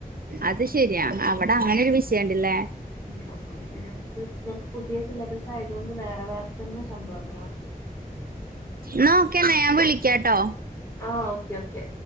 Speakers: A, on the right (about 75°); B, on the left (about 20°).
A: അത് ശരിയാ അവിടെ അങ്ങനെ ഒരു വിഷയണ്ടല്ലേ?
B: ഉംഅപ്പൊ പിന്നെ ഞക്ക് ഞക്ക് പുതിയ സിലബസ് ആയതുകൊണ്ട് വേറെ വേറെ ത്തുന്ന സംഭവങ്ങളാണ്.
A: ന്നാ ഓക്കേന്നെ വിളിക്കാട്ടോ.
B: ആ ഓക്കെ ഓക്കെ